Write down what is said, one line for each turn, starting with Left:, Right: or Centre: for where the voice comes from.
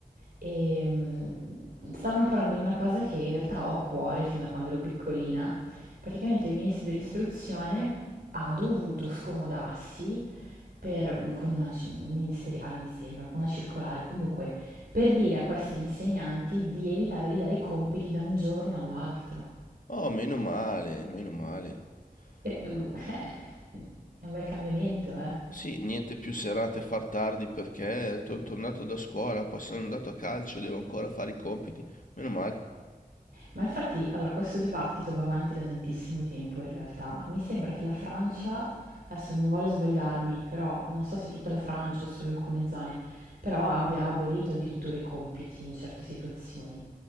Right: e mm, stavano parlando di una cosa che in realtà ho a cuore fin da quando ero piccolina. Praticamente il ministro dell'istruzione ha dovuto scomodarsi per- con una ci- ministeriale, mi sembra, con una circolare, comunque, per dire a questi insegnanti di evitare di dare i compiti da un giorno all'altro.
Left: Oh, meno male, meno male.
Right: E, eh, <laughs>
Left: Eh,
Right: è un bel cambiamento, eh.
Left: Sì, niente più serate a far tardi perché sono tornato da scuola, poi sono andato a calcio, devo ancora fare i compiti. Meno male.
Right: Ma infatti, allora, questo dibattito va avanti da tantissimo tempo in realtà. Mi sembra che la Francia, adesso non voglio sbagliarmi, però non so se tutta la Francia o solo alcune zone, però abbia abolito addirittura i compiti in certe situazioni.